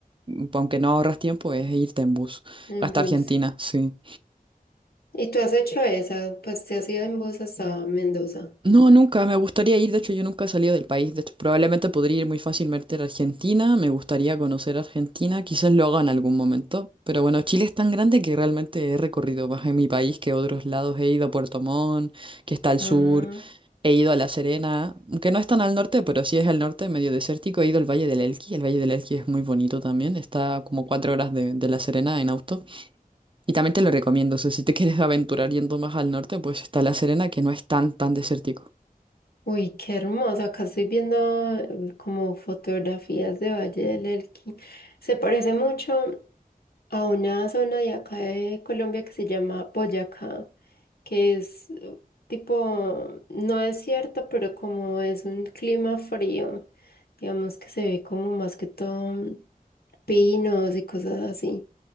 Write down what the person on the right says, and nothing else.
mm, aunque no ahorras tiempo es irte en bus
hasta
Argentina, sí.
No, nunca, me gustaría ir, de hecho yo nunca he salido del país, de hecho probablemente podría ir muy fácilmente a Argentina, me gustaría conocer Argentina, quizás lo haga en algún momento, pero bueno, Chile es tan grande que realmente he recorrido más en mi país que otros lados, he ido a Puerto Montt, que está al sur.
He ido a La Serena, que no es tan al norte, pero sí es al norte, medio desértico. He ido al Valle del Elqui. El Valle del Elqui es muy bonito también. Está como cuatro horas de, de La Serena en auto. Y también te lo recomiendo. O sea, si te quieres aventurar yendo más al norte, pues está La Serena, que no es tan, tan desértico.